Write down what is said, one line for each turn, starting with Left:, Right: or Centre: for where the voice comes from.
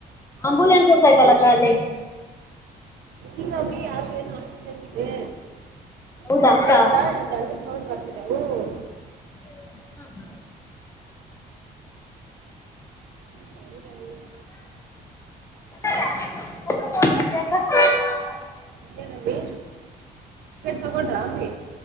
Left: ಆಂಬುಲೆನ್ಸ್ ಹೋಗ್ತಾಯ್ತಲ್ಲಕ ಅಲ್ಲಿ.
Right: ಇಲ್ಲಮ್ಮಿ ಯಾರ್ಗೂ ಏನು ಆಗಿ ಗಿದೆ
Left: ಹೌದಾ
Right: ಹೋಗ್ತಾ
Left: ಅಕ್ಕ
Right: ಇತ್ತಾ ಅದು ಹಂಗೆ ಸೌಂಡ್ ಬರ್ತಿದೆ ಹೂಂ.
Left: <inaudible>
Right: ಹೌದಮ್ಮಿ.
Left: <inaudible>
Right: ಏನಮ್ಮಿ. ತೊಗೊಂಡಾಮ್ಮಿ?